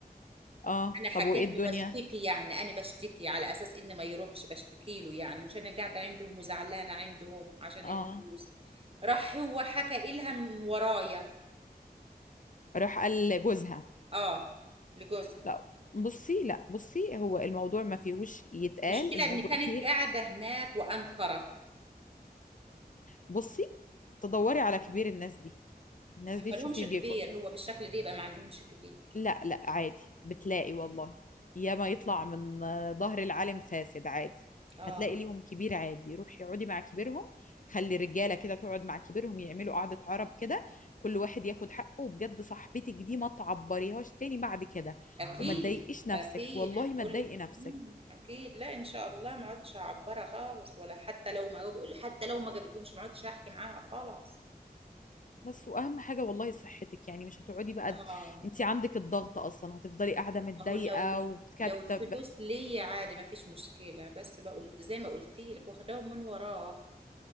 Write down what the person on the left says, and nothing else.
اه
طب وايه الدنيا
اه
راح قال لجوزها
لا بصي لا بصي هو الموضوع ما فيهوش يتقال
الموضوع
فيه
بصي تدوري على كبير الناس دي الناس دي
تشوفي
بيك
لا لا عادي بتلاقي والله ياما يطلع من آه، ظهر العالم فاسد عادي
هتلاقي ليهم كبير عادي روحي اقعدي مع كبيرهم خلي رجاله كده تقعد مع كبيرهم يعملوا قعدة عرب كده كل واحد ياخد حقه وبجد صاحبتك دي ما تعبريهاش تاني بعد كده
وما تضايقيش نفسك
والله
ما تضايقي
نفسك
بس واهم حاجة والله صحتك يعني مش هتقعدي بقى
انت عندك الضغط اصلا هتفضلي قاعدة متضايقة
وبتكتب